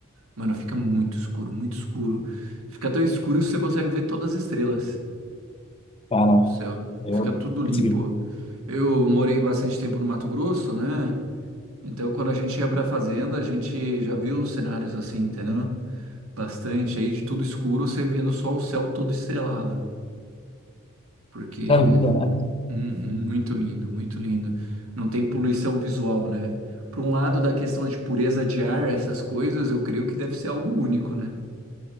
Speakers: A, on the right; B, on the left.
A: Mano, fica muito escuro, muito escuro. Fica tão escuro que você consegue ver todas as estrelas
B: Cara,
A: do céu.
B: eu...
A: Fica tudo limpo.
B: Tipo,
A: Eu morei bastante tempo no Mato Grosso, né? Então, quando a gente ia pra fazenda, a gente já viu os cenários assim, entendeu? Bastante aí de tudo escuro, você vendo só o céu todo estrelado. Porque,
B: coisa linda, né?
A: uhum, muito lindo, muito lindo. Não tem poluição visual, né? Por um lado, da questão de pureza de ar, essas coisas, eu creio que deve ser algo único, né?